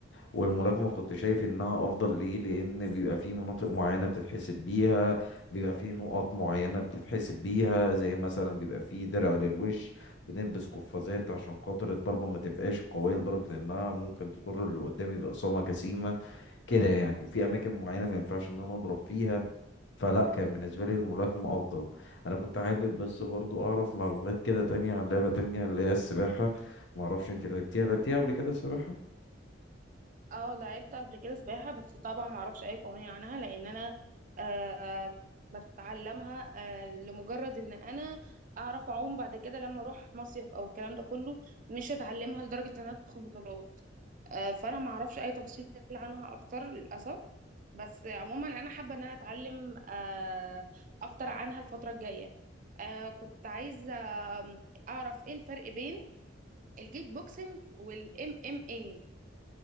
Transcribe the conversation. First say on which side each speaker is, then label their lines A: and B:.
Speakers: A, on the left; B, on the right.
A: والملاكمة كنت شايف انها افضل ليه لان بيبقى في مناطق معينة بتتحسب بيها بيبقى في نقط معينة بتتحسب بيها زي مثلا بيبقى في درع للوش بنلبس قفازات عشان خاطر الضربة ما تبقاش قوية لدرجة انها ممكن تضر اللي قدامي بإصابة جسيمة كده يعني وفي اماكن معينة ما ينفعش ان انا اضرب فيها فلا كان بالنسبة لي الملاكمة أفضل أنا كنت حابب بس برضو أعرف معلومات كده تانية عن لعبة تانية اللي هي السباحة معرفش أنت لعبتيها لعبتيها قبل كده السباحة؟
B: أه لعبت قبل كده سباحة بس طبعا ما أعرفش أي قوانين عنها لأن أنا آه بتعلمها آه لمجرد إن أنا أعرف أعوم بعد كده لما أروح مصيف أو الكلام ده كله مش هتعلمها لدرجة إن أنا أدخل بطولات آه فأنا ما أعرفش أي تفاصيل عنها أكتر للأسف بس عموما أنا حابة إن أنا أتعلم آه أكتر عنها الفترة الجاية آه كنت عايزة آم، أعرف إيه الفرق بين الكيك بوكسينج والإم إم إيه